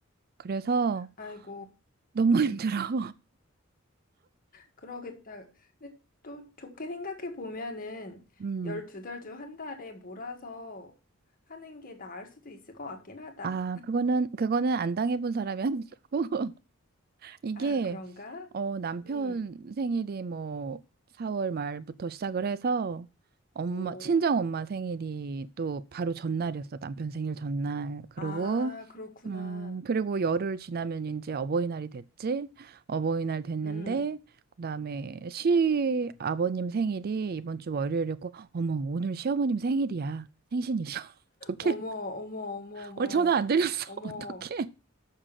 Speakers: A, on the right; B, on the left.
A: 그래서
B: 아이고.
A: 너무
B: 음.
A: <laughs> 힘들어.
B: 그러겠다. 근데 또 좋게 생각해 보면은
A: 음,
B: 12달 중 한 달에 몰아서 하는 게 나을 수도 있을 것 같긴 하다.
A: 아, 그거는, 그거는 안 당해본 사람이 하는 거고, <laughs> 이게,
B: 아, 그런가?
A: 어, 남편
B: 음.
A: 생일이 뭐, 4월 말부터 시작을 해서, 엄마,
B: 오.
A: 친정 엄마 생일이 또 바로 전날이었어, 남편 생일 전날. 그리고,
B: 아, 그렇구나.
A: 음, 그리고 열흘 지나면 이제 어버이날이 됐지? 어버이날 됐는데,
B: 음.
A: 그다음에 시아버님 생일이 이번 주 월요일이었고, 어머, 오늘 시어머님 생일이야. 생신이셔. <laughs> 어떡해?
B: 어머, 어머, 어머, 어머.
A: 오늘 전화 안 드렸어.
B: 어머,
A: <laughs> 어떡해?